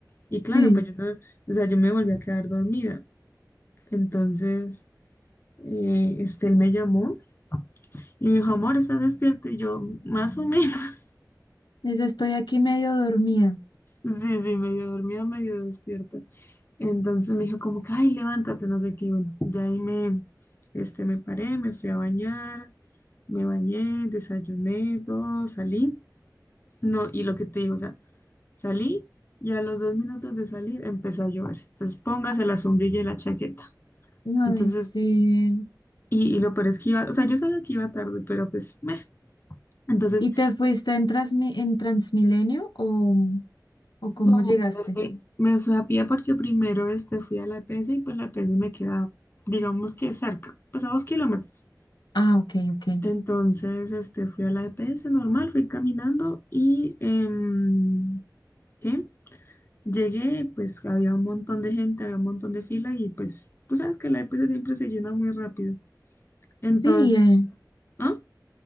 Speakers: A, on the left (about 30°); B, on the left (about 80°).
A: Y claro,
B: sí
A: pues yo no, o sea, yo me volví a quedar dormida. Entonces, eh, este, él me llamó y me dijo, amor, ¿estás despierta? Y yo, más o menos. <laughs>
B: Les estoy aquí medio dormida.
A: Sí, sí, medio dormida, medio despierta. Entonces me dijo como que, ay, levántate, no sé qué. Y bueno, ya ahí me, este, me paré, me fui a bañar, me bañé, desayuné, todo, salí. No, y lo que te digo, o sea, salí y a los dos minutos de salir empezó a llover. Entonces póngase la sombrilla y la chaqueta.
B: Ay,
A: Entonces,
B: sí.
A: y, y lo peor es que iba, o sea, yo sabía que iba tarde, pero pues, meh. Entonces,
B: ¿Y te fuiste en, Transmi- en Transmilenio o, o cómo
A: no,
B: llegaste?
A: me fui, me fui a pie porque primero este, fui a la EPS y pues la EPS me queda, digamos que cerca, pues a dos kilómetros.
B: Ah, ok, ok.
A: Entonces, este, fui a la EPS normal, fui caminando y em, ¿qué? Llegué, pues había un montón de gente, había un montón de fila y pues tú sabes que la EPS siempre se llena muy rápido. Entonces,
B: Sí, eh,
A: como, ah,